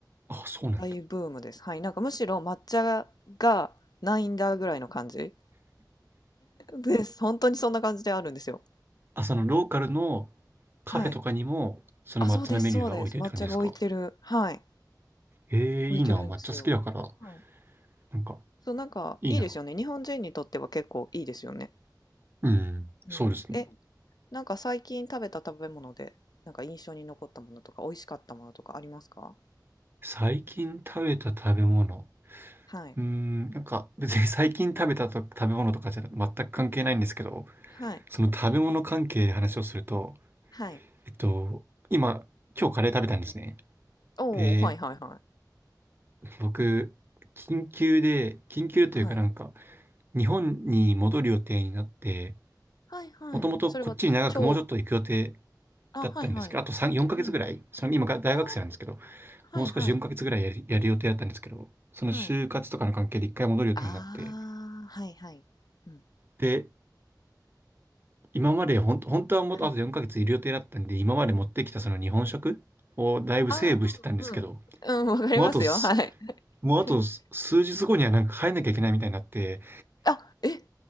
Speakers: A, on the right; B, on the left.
A: あ、そうなんだ。
B: 大ブームです。はい。なんかむしろ抹茶がないんだぐらいの感じです。本当にそんな感じであるんですよ。
A: あ、そのローカルのカフェとかにも、
B: はい。
A: その抹茶のメニューが置いてるって感じですか
B: あ、そうです、そうです。抹茶が置いてる。はい。
A: ええーいいな。
B: 置いてるんですよ。
A: 抹茶好きだから、
B: はい。
A: なんか、
B: そう、なんかいいですよね。
A: いいな。
B: 日本人にとっては結構いいですよね。
A: うん、
B: うん。
A: そうですね。
B: え、なんか最近食べた食べ物で、なんか印象に残ったものとか、美味しかったものとかありますか
A: 最近食べた食べ物。
B: はい。
A: うーん、なんか、別に <laughs> 最近食べたと食べ物とかじゃ全く関係ないんですけど、
B: はい。
A: その食べ物関係で話をすると、
B: はい。
A: えっと、今、今日カレー食べたんですね。
B: おお、
A: で、
B: はいはいはい。
A: 僕、緊急で、緊急というかなんか、
B: はい。
A: 日本に戻る予定になって、
B: はいはい。
A: もともとこっちに長くもうちょっと行く予定
B: それは超あ、
A: だったんですけど、
B: はいはい。
A: あと3、4ヶ月ぐらい、
B: うん。
A: その今が大学生なんですけど、
B: あはいはい。
A: もう少し4ヶ月ぐらいやる、やる予定だったんですけど、その就活とかの関係で一回戻る予定になって、
B: はい。ああ、はいはい。うん。
A: で、今までほん、本当はもっとあと4ヶ月いる予定だったんで、
B: はい。
A: 今まで持ってきたその日本食をだいぶセーブしてたんですけど、
B: ああ、うんうん。うん、わかりますよ。
A: もうあとす、
B: はい。
A: もうあとす数日後にはなんか帰んなきゃいけないみたいになって、
B: <laughs> あ、え、